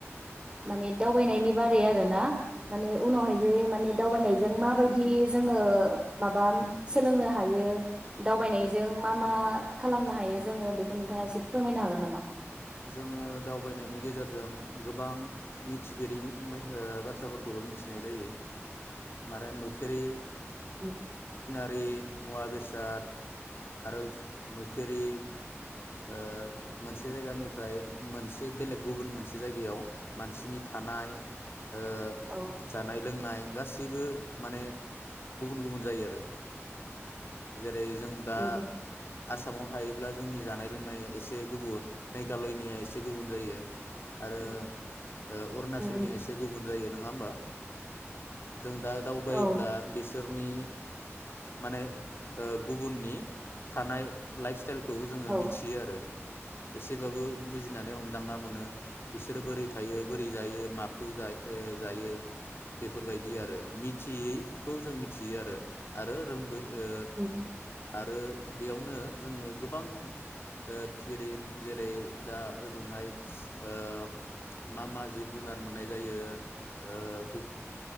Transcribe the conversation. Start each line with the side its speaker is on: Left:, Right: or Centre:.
Right: माने दावबायनायनि बारै आरो ना माने उनावहाय जे माने दावबायनायजों माबायदि जोङो माबा सोलोंनो हायो? दावबायनायजों मा मा खालामनो हायो जोङो बेखौ नोंथाङा एसे फोरमायनो हागोन नामा?
Left: जोङो दावबायनायनि गेजेरजों गोबां मिथिफेरि मि-ओ बाथ्राफोरखौबो मिथिनाय जायो। मारो नुफेरि
Right: ओम।
Left: रि मुवा बेसाद आरो नुफेरि ओ मोनसे जायगानि फ्राय मोनसे बेलेग गुबुन मोनसे जायगायाव मानसिनि थानाय ओ
Right: औ
Left: जानाय लोंनाय गासैबो माने गुबुन गुबुन जायो आरो जे जेरै जों दा
Right: उम
Left: आसामाव थायोब्ला जोंनि जानाय लोंनाया एसे गुबुन मेघालयनिया एसे गुबुन जायो आरो
Right: उम
Left: ओ अरुणाचलनिया
Right: उम
Left: एसे गुबुन जायो नङा होमबा? जों दा दावबायोब्ला
Right: औ
Left: बिसोर नि माने ओ गुबुननि थानाय लाइफ स्टाइल खौ जोङो
Right: औ
Left: मिथियो आरो एसेबाबो बुजिनानै हमदांना मोनो बिसोरो बोरै थायो बोरै जायो माखौ जा ओ जायो बेफोरबायदि आरो मिथियैखौ जों मिथियो आरो आरो रोंबोयो।
Right: औ
Left: आरो बेयावनो जोङो गोबां ओ थिरिन जेरै दा ओजोंहाय ओ मा मा जिब जुनार मोननाय जायो ओ गुबुन